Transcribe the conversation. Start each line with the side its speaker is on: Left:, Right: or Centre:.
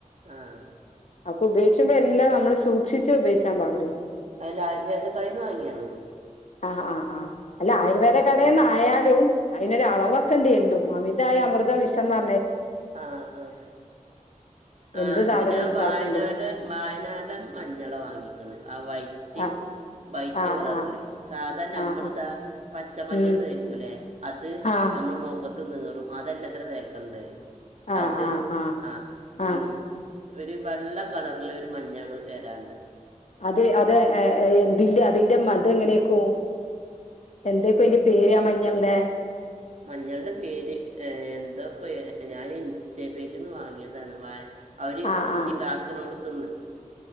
Right: ആഹ്
Left: അപ്പൊ ഉപയോഗിച്ചുമ്പോ എല്ലാം നമ്മള് സൂക്ഷിച്ചേ ഉപയോഗിച്ചാൻ പാടുള്ളൂ
Right: അയ്ലെ ആയുർവേദ കടയിന്ന് വാങ്ങിയാണ്
Left: ആഹ് ആഹ് ആഹ് അല്ല ആയുർവേദ കടേന്നായാലും അയ്നൊരു അളവക്കണ്ടി എല്ലും അമിതായ അമൃതം വിഷന്നാ
Right: ആഹ് ആഹ് ആ
Left: എന്ത് സാധനം
Right: ഇത് ഞാൻ
Left: ഇതാക്കുമ്പോളും
Right: വായനാട് വായനാട് മഞ്ഞള വാങ്ങിക്ക്ണ് ആ വൈറ്റ്
Left: ആഹ്
Right: വൈറ്റ്
Left: ആഹ്
Right: കളറില്
Left: ആഹ്
Right: സാധാ നമ്മള്താ
Left: ആഹ് ആഹ്
Right: പച്ചമഞ്ഞൾ
Left: ഉം
Right: തേക്കൂലേ അത്
Left: ആഹ്
Right: നമ്മുടെ മൊഖ ത് നീറും അതല്ലത്രേ തേക്കണ്ടത്
Left: ആഹ്
Right: അത്
Left: ആഹ്
Right: ആഹ്
Left: ആ
Right: ഉം ഒരു വെള്ള കളറില് ഒരു മഞ്ഞള് വരാണ്ട്
Left: അത് അത് എ എ എന്തിന്റെ അതിന്റെ മതം എങ്ങനെക്കും എന്തെയ്ക്കും അതിന്റെ പേര് ആ മഞ്ഞൾ ടേ
Right: മഞ്ഞളിന്റെ പേര് എ എന്താപ്പ ഞാന് ഇൻ സ്റ്റാ പേജ്ന്ന് വാങ്ങിയതാണ് വാ അവര്
Left: ആ
Right: കൃഷിണ്ടാക്ക്ണോട്ത്ത്ന്ന്
Left: ആ